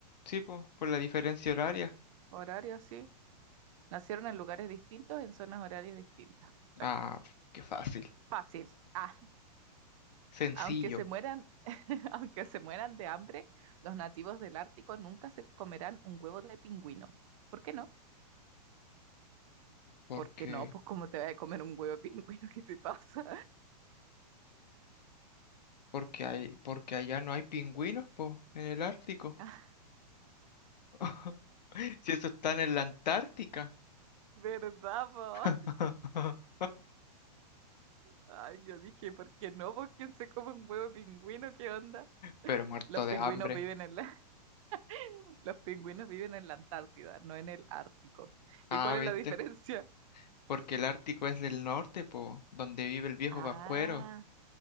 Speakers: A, on the left; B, on the right.
A: Sí, po. Por la diferencia horaria.
B: horario así. Nacieron en lugares distintos, en zonas horarias distintas. Sí,
A: Ah, pf, qué fácil.
B: Fácil. Ah,
A: Sencillo.
B: aunque se mueran, <laughs> aunque se mueran de hambre, los nativos del Ártico nunca se comerán un huevo de pingüino. ¿Por qué no?
A: Porque,
B: ¿Por qué no? Pues ¿cómo te vas a comer un huevo de pingüino? <laughs> ¿Qué te pasa?
A: porque hay, porque allá no hay pingüinos, po, en el Ártico.
B: <laughs>
A: <laughs> Si eso están en la Antártica.
B: ¿Verdad, po?
A: <laughs>
B: Ay, yo dije, ¿por qué no? ¿Por quién se come un huevo de pingüino? ¿Qué onda?
A: Pero muerto
B: Los
A: de
B: pingüinos
A: hambre.
B: viven en la, <laughs> los pingüinos viven en la Antártida, no en el Ártico.
A: Ah,
B: ¿Y cuál
A: ¿viste?
B: es la diferencia?
A: Porque el Ártico es del norte, po, donde vive el viejo
B: Ah,
A: Pascuero.